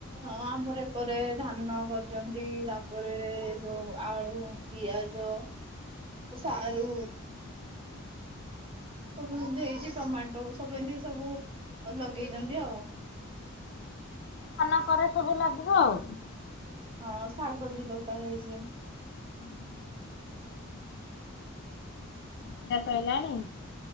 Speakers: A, on the right; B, on the left.
A: ହଁ ଆମର ଏକରେ ଧାନ କରୁଛନ୍ତି, ତାପରେ ଏ ଯୋଉ ଆଳୁ ପିଆଜ, ସାରୁ ସବୁ ଏମତି ହେଇଛି ଟମାଟୋ, ସବୁ ଏମତି ସବୁ ଲଗେଇଛନ୍ତି ଆଉ।
B: ଧାନ ପରେ ସବୁ ଲାଗିବ ଆଉ।
A: ହଁ ଶାଗ ବି ଦଗା ହେଇଛି।
B: ହୁଁ <inaudible> ଖିଆ ସଇଲାଣି?